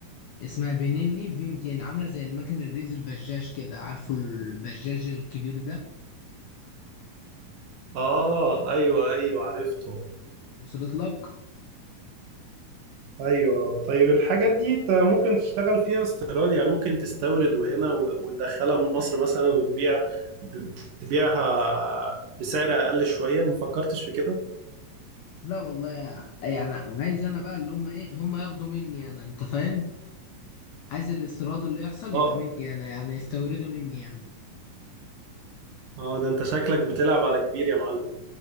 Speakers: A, on the left; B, on the right.
A: اسمها بنيلي في 200 عامله زي المكن الريز البجاج كده عارفه البجاج الكبير ده
B: اه ايوه ايوه عرفته
A: وصلت لك
B: ايوه آه. طيب الحاجات دي انت ممكن تشتغل فيها استيراد يعني ممكن تستورد وهنا و- وتدخلها مصر مثلا وتبيع ب- تبيعها بسعر اقل شويه ما فكرتش في كده
A: لا والله يعني عايز انا بقى اللي هم ايه هم ياخدوا مني انا انت فاهم عايز الاستيراد اللي يحصل
B: اه
A: يبقى مني انا يعني يستورده مني انا
B: اه ده انت شكلك بتلعب على كبير يا معلم